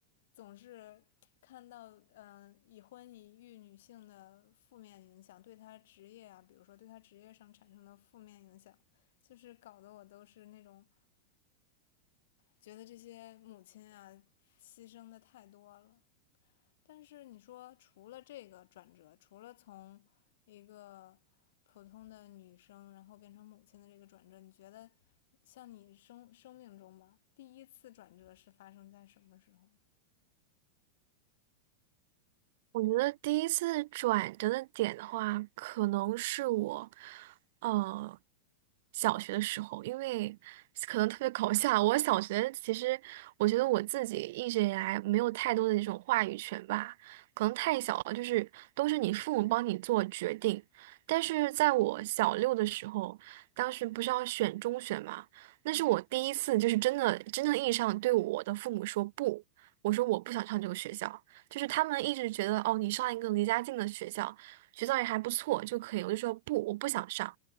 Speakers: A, on the left; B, on the right.
A: 总是看到，嗯、呃已婚已育女性的负面影响，对她职业啊，比如说对她职业上产生的负面影响，就是搞得我都是那种觉得这些母亲啊牺牲的太多了。但是你说，除了这个转折，除了从一个普通的女生，然后变成母亲的这个转折，你觉得像你生生命中吧，第一次转折是发生在什么时候？
B: 我觉得第一次转折的点的话，可能是我，呃，小学的时候，因为可能特别搞笑。我小学其实，我觉得我自己一直以来没有太多的那种话语权吧，可能太小了，就是都是你父母帮你做决定。但是在我小六的时候，当时不是要选中学嘛，那是我第一次就是真的真正意义上对我的父母说不，
A: 嗯，
B: 我说我不想上这个学校。就是他们一直觉得哦，你上一个离家近的学校，学校也还不错就可以。我就说不，我不想上，